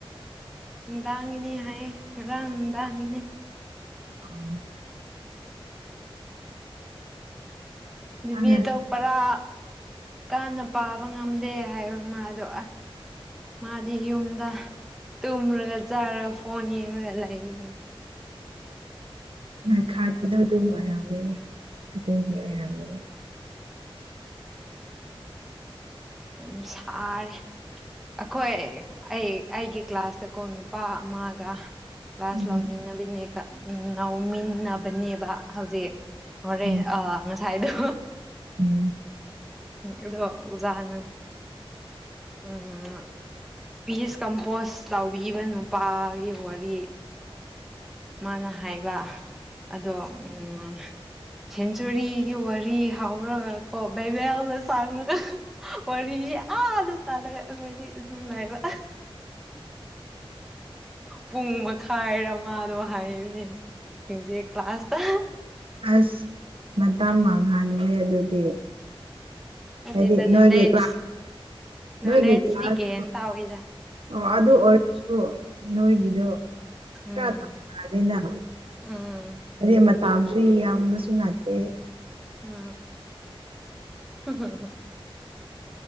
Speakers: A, in the centre; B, on the right.
A: ꯅꯨꯡꯗꯥꯡꯒꯤꯅꯤ ꯍꯥꯏꯌꯦ ꯉꯔꯥꯡ ꯅꯨꯡꯗꯥꯡꯒꯤꯅꯤ
B: <inaudible>
A: ꯑꯗꯨꯗꯤ
B: ꯃꯥꯅ
A: ꯑꯗꯣꯞꯄꯔꯥ ꯀꯥꯟꯅ ꯄꯥꯕ ꯉꯝꯗꯦ ꯍꯥꯏꯕ ꯃꯗꯣ ꯃꯥꯗꯤ ꯌꯨꯝꯗ ꯇꯨꯝꯔꯒ ꯆꯥꯔꯒ ꯐꯣꯟ ꯌꯦꯡꯉꯒ ꯂꯩ ꯍꯥꯏꯌꯦ
B: ꯅꯣꯏ ꯈꯠꯄꯗꯣ ꯑꯗꯨꯝ ꯑꯣꯏꯔꯝꯒꯅꯤ ꯑꯗꯨꯒꯤ ꯑꯣꯏꯔꯝꯒꯅꯤ
A: ꯌꯥꯝ ꯁꯥꯔ ꯑꯩꯈꯣꯏ ꯑꯩ ꯑꯩꯒꯤ ꯀ꯭ꯂꯥꯁꯇꯀꯣ ꯅꯨꯄꯥ ꯑꯃꯒ ꯀ꯭ꯂꯥꯁ
B: ꯎꯝ
A: ꯂꯧꯃꯤꯟꯅꯕꯤꯅꯦ ꯎ ꯉꯥꯎꯃꯤꯟꯅꯕꯅꯦꯕ ꯍꯧꯖꯤꯛ ꯃꯣꯔ
B: ꯎꯝ
A: ꯑ ꯁꯥꯏꯗ
B: ꯎꯝ
A: ꯑꯗꯣ ꯎꯖꯥꯍꯅ ꯎꯝ ꯄꯤꯁ ꯀꯝꯄꯣꯁ ꯇꯧꯕꯤꯕ ꯅꯨꯄꯥꯒꯤ ꯋꯥꯔꯤ ꯃꯥꯅ ꯍꯥꯏꯕ ꯑꯗꯣ ꯎꯝ ꯁꯦꯟꯆꯨꯔꯤꯒꯤ ꯋꯥꯔꯤ ꯍꯥꯎꯔꯒ ꯀꯣ ꯕꯩꯕꯦꯜꯗ ꯆꯥꯡꯈ꯭ꯔꯒ ꯋꯥꯔꯤ ꯑꯥꯗ ꯆꯥꯂꯒ ꯑꯩꯈꯣꯏꯗꯤ ꯑꯗꯨꯝꯉꯥꯏꯕ ꯄꯨꯡ ꯃꯈꯥꯏꯔꯃꯗꯣ ꯍꯥꯏꯅꯦ ꯃꯖꯤꯛ ꯀ꯭ꯂꯥꯁ ꯊ
B: ꯑꯁ ꯃꯇꯥꯡ ꯃꯥꯡꯍꯟꯗꯦ ꯑꯗꯨꯗꯤ
A: ꯃꯗ
B: ꯍꯥꯏꯗꯤ ꯅꯣꯏꯒꯤ
A: ꯅꯣꯂꯦꯖ
B: ꯀ꯭ꯂꯥꯁ
A: ꯅꯣꯂꯦꯖꯁꯤꯒ
B: ꯅꯣꯏꯒꯤ ꯀ꯭ꯂꯥꯁ
A: ꯑꯦꯟ ꯇꯥꯎꯗ
B: ꯑꯣ ꯑꯗꯨ ꯑꯣꯔꯁꯨꯁꯨ ꯅꯣꯏꯣꯏꯒꯗꯨ
A: ꯎꯝ
B: ꯈ ꯇꯅ
A: ꯎꯝ
B: ꯑꯗꯦ ꯃ ꯇꯥꯝꯁꯨꯏ ꯌꯥꯝ ꯑꯃꯁꯨ ꯅꯥꯠꯇꯦ
A: ꯎꯝ ꯎ <unintelligible> <inaudible>